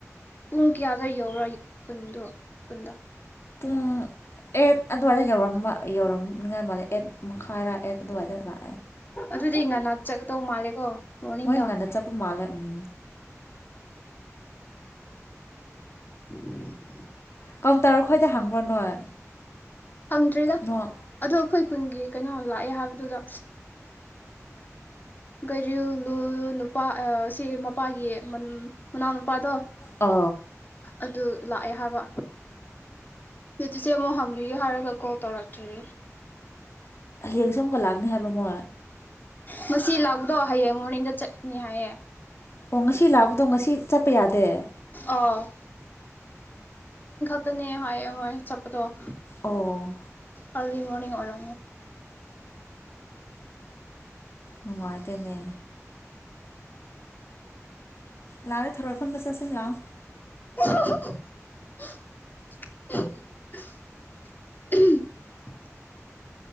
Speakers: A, on the left; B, on the left.
A: ꯄꯨꯡ ꯀꯌꯥꯗ ꯌꯧꯔ ꯈꯨꯟꯗꯣ ꯈꯨꯟꯗ
B: ꯄꯨꯡ ꯑꯦꯠ ꯑꯗꯨꯋꯥꯏꯗ ꯌꯧꯔꯝꯕ ꯌꯧꯔꯝꯅꯤꯉꯥꯏ ꯃꯥꯗ ꯑꯦꯠ ꯃꯈꯥꯏꯔꯥ ꯑꯦꯠ ꯑꯗꯨꯋꯥꯏꯗ ꯂꯥꯛ
A: ꯑꯗꯨꯗꯤ ꯉꯟꯅ ꯆꯠꯀꯗꯧ ꯃꯥꯜꯂꯦꯀꯣ ꯃꯣꯔꯅꯤꯡꯗ
B: ꯃꯣꯏ ꯉꯟꯅ ꯆꯠꯄ ꯃꯥꯜꯂꯦ ꯎꯝ
A: <inaudible>
B: ꯀ ꯇꯔꯈꯣꯏꯗ ꯍꯥꯡꯕ꯭ꯔ ꯅꯣꯏ
A: ꯍꯪꯗ꯭ꯔꯤꯗ
B: ꯅꯣꯏ
A: ꯑꯗꯣ ꯑꯩꯈꯣꯏ ꯈꯨꯟꯒꯤ ꯀꯩꯅꯣ ꯂꯥꯛꯑꯦ ꯍꯥꯏꯕꯗꯨꯗ ꯒꯩꯔꯤꯂꯨ ꯅꯨꯄꯥ ꯁꯤ ꯃꯄꯥꯒꯤ ꯃꯅꯥꯎ ꯅꯨꯄꯥꯗꯣ
B: ꯑ
A: ꯑꯗꯨ ꯂꯥꯛꯑꯦ ꯍꯥꯏꯕ ꯑꯗꯨ ꯆꯆꯦ ꯑꯃꯨꯛ ꯍꯪꯕꯤꯒꯦ ꯍꯥꯏꯔꯒ ꯀꯣꯜ ꯇꯧꯔꯛꯇ꯭ꯔꯤ
B: ꯂꯌꯦꯡ ꯁꯝꯒ ꯂꯥꯛꯅꯤ ꯍꯥꯏꯕꯣꯃꯣ
A: ꯉꯁꯤ ꯂꯥꯛꯕꯗꯣ ꯍꯌꯦꯡ ꯃꯣꯔꯅꯤꯡꯗ ꯆꯠꯀꯅꯤ ꯍꯥꯏꯌꯦ
B: ꯑꯣ ꯉꯁꯤ ꯂꯥꯛꯎꯗꯣ ꯉꯁꯤ ꯆꯠꯄ ꯌꯥꯗꯦ ꯎ
A: ꯑꯥ ꯠꯇꯅꯦ ꯍꯥꯏꯌꯦ ꯃꯣꯏ ꯆꯄꯗꯣ
B: ꯑꯣ
A: ꯑꯔꯂꯤ ꯃꯣꯔꯅꯤꯡ ꯑꯣꯏꯔꯣ
B: ꯅꯨꯡꯉꯥꯏꯇꯦꯅꯦ ꯂꯥꯛꯑꯦ ꯊꯔꯣꯏꯈꯣꯟꯕ ꯆꯠꯁ ꯂꯥꯛꯑꯣ
A: ꯎꯝ